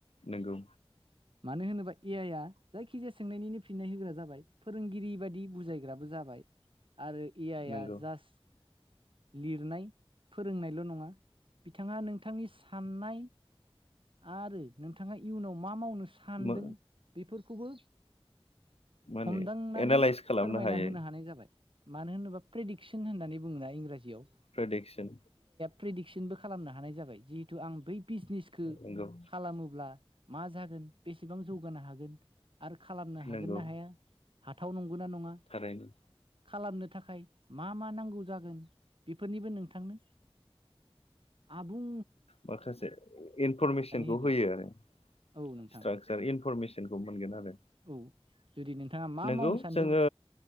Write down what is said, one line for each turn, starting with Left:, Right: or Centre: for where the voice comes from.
Left: नोंगौ।
Right: मानो होनोबा। ए आइ आ जायखि जाया सोंनायनिनो फिननाय होग्रा जाबाय फोरोंगिरि बादि बुजायग्राबो जाबाय। आरो ए आइआ
Left: नंगौ
Right: जास्ट लिरनाय फोरोंनायल' नंङा। बिथांङा नोंथांनि साननाय आरो नोंथांङा इयुनाव मा मावनो। सानदों
Left: मो
Right: बेफोरखौबो।
Left: माने
Right: हमदांनानै
Left: एनालाइस खालामनो
Right: फोरमायना
Left: हायो
Right: होनो हानाय जाबाय मानो होनोबा प्रेडिक्सन होन्नानै बु। बुंङोना इंराजियाव
Left: प्रेडिक्सन।
Right: प्रेदिक्सनबो खालामनो हानाय जाबाय जिहेतु आं बै बिजनेसखौ
Left: नंगौ
Right: खालामोब्ला। मा जागोन बेसेबां जौगानो हागोन आरो खालामनो हागोन
Left: नंगौ
Right: ना हाया हाथाव नं नंगौ ना नंङा।
Left: थारैनो
Right: खालामनो थाखाय मा मा नांगौ जागोन बेफोरनिबो नोंथांनो। आबुं।
Left: माखासे इनफरमेसनखौ
Right: होगोन
Left: होयो आरो
Right: औ नोंथां
Left: स्ट्राकसार इनफरमेसन खौ मोनगोन आरो।
Right: औ। जुदि नोंथाङा मा
Left: नोंगौ
Right: मावनो सानदों
Left: जोंङो